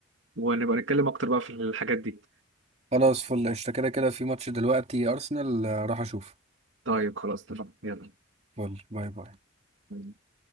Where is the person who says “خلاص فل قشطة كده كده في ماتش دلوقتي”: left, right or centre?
Right